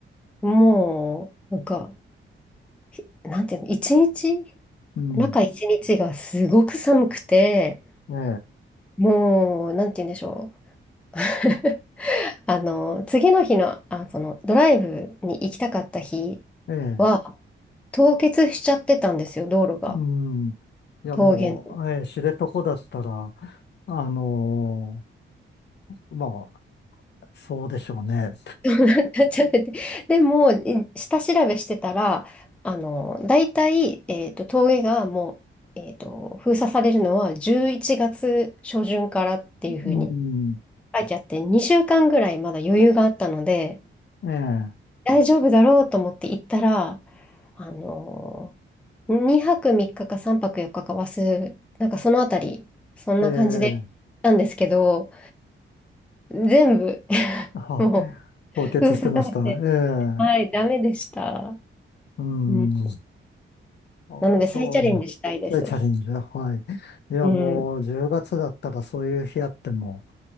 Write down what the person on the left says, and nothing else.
うん。
え
え、ええ、
うん。いや、
もう、ええ、知床だったら、あのーまあ、そうでしょうね。
<laughs> うん。
え
え、ええ、
は、
凍結してました。
え
え、うん。
ああ、
そう、そういうチャレンジだ。はい。いや、
もう10月だったらそういう日あっても、